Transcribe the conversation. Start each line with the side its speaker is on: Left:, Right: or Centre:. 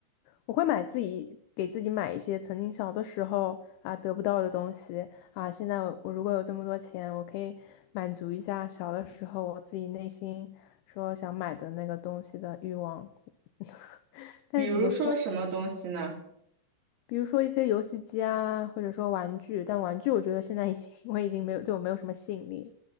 Left: 我会买自己给自己买一些曾经小的时候啊得不到的东西啊。现在我如果有这么多钱，我可以满足一下小的时候我自己内心说想买的那个东西的欲望。<laughs>
Right: <laughs>
Left: 但是怎么说？
Right: 比如说什么东西呢？
Left: 比如说一些游戏机啊，或者说玩具，但玩具我觉得现在已经 <laughs> 我已经没有对我没有什么吸引力了